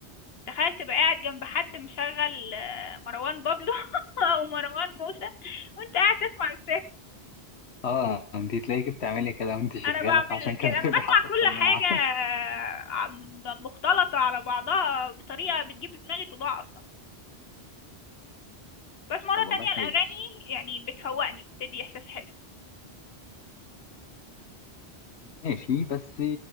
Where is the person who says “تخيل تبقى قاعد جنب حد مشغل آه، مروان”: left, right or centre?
Left